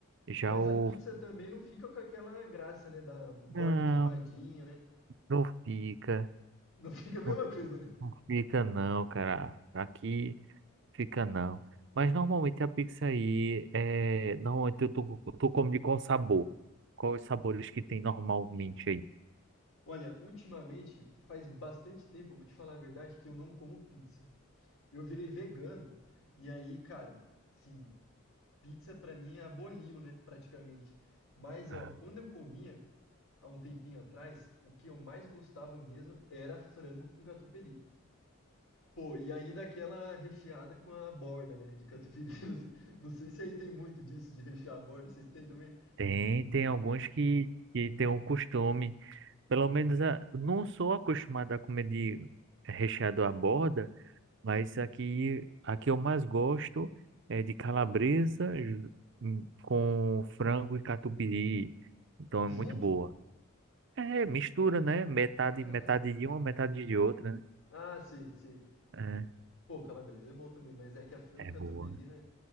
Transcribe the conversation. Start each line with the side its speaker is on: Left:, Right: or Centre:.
Right: Já
Left: Mas
Right: o
Left: a pizza também não fica com aquela graça, né? Da borda
Right: Não,
Left: queimadinha, né?
Right: não fica.
Left: Não <laughs> fica a mesma
Right: Não,
Left: coisa, né?
Right: não fica não, cara. Aqui fica não. Mas normalmente a pizza aí é. Normalmente eu tô, eu tô comendo de qual sabor? Quais os sabores que tem normalmente aí?
Left: Olha, ultimamente faz bastante tempo, vou te falar a verdade, que eu não como pizza. Eu virei vegano. E aí, cara, sim, pizza pra mim aboliu, né, praticamente. Mas, ó,
Right: Ah,
Left: quando eu comia, há um tempinho atrás, o que eu mais gostava mesmo era frango com catupiry. Pô, e ainda aquela recheada com a borda, né, de catupiry. <laughs> Não sei não sei se aí tem muito disso de rechear a borda, vocês têm também?
Right: tem, tem alguns que, que tem um costume. Pelo menos a, não sou acostumado a comer de recheado à borda. Mas aqui, aqui eu mais gosto é de calabresa ju- hum, com frango e catupiry. Então é muito
Left: Junto?
Right: boa. É, mistura, né? Metade,
Left: Caraca.
Right: metade de uma, metade de outra,
Left: Ah, sei, sei.
Right: né?
Left: Pô, calabresa é bom também, mas é que a frango
Right: É,
Left: catupiry,
Right: é boa.
Left: né,